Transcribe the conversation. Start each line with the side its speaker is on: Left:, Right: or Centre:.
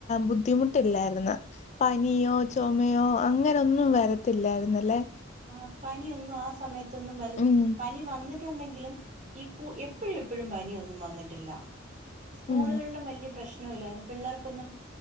Left: ബുദ്ധിമുട്ടില്ലാര്ന്. പനിയോ ചുമയോ അങ്ങനൊന്നും വരത്തില്ലായിരുന്നല്ലേ.
Right: ആഹ് പനിയൊന്നും ആഹ് സമയത്തൊന്നും വല
Left: ഉം
Right: പനി വന്നിട്ടുണ്ടെങ്കിലും ഈ എപ്പോഴും ഇപ്പോഴും പനിയൊന്നും വന്നിട്ടില്ല സ്കൂളുകളിലും
Left: ഉം
Right: വലിയ പ്രശ്ന ഇല്ലായിരുന്നു പിള്ളേർക്കൊന്നും.